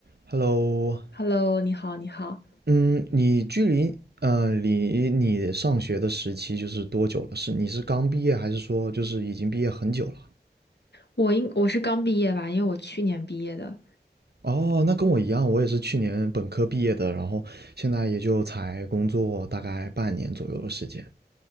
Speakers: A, on the right; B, on the left.
A: Hello，
B: Hello，你好，你好，
A: 嗯，你距离呃离你上学的时期就是多久了？是你是刚毕业，还是说就是已经毕业很久了？
B: 我应我是刚毕业吧，因为我去年毕业的，
A: 哦，那跟我一样，我也是去年本科毕业的，然后现在也就才工作大概半年左右的时间。